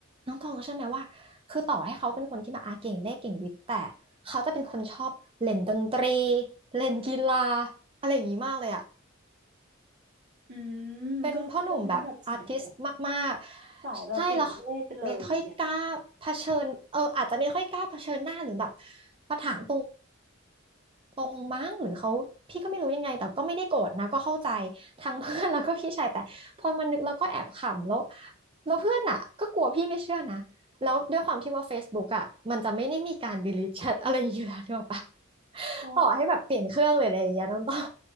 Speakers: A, on the right; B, on the right.
A: น้องตองก็ใช่อไหมว่าคือต่อให้เขาเป็นคนที่มาอาเก่งเลขเก่งวิทย์แต่เขาจะเป็นคนชอบเล่นดนตรีเล่นกีฬา อะไรอย่างนี้มากเลยอ่ะ
B: อืมก็คือจะเป็นแบบสายแบบ
A: เป็นพ่อหนุ่มแบบอาร์ติสต์มากๆใช่แล้วเขาไม่ค่อยกล้าเผชิญเอออาจจะไม่ค่อยกล้าเผชิญหน้าหรือแบบ
B: สายแบบปิดเวทไปเลยอย่างเงี้ย
A: มาถามตรงตรงมั้งหรือเขาพี่ก็ไม่รู้ยังไงแต่ก็ไม่ได้โกรธนะก็เข้าใจทั้งเพื่อน <laughs> แล้วก็พี่ชายแต่พอมานึกแล้วก็แอบขำแล้วแล้วเพื่อนอ่ะก็กลัวพี่ไม่เชื่อนะแล้วด้วยความที่ว่า Facebook อ่ะมันจะไม่ได้มีการ delete chat อะไรอยู่แล้วด้วยปะ
B: อ๋อ
A: ต่อให้แบบเปลี่ยนเครื่องหรืออะไรอย่างเงี้ยน้องต้อง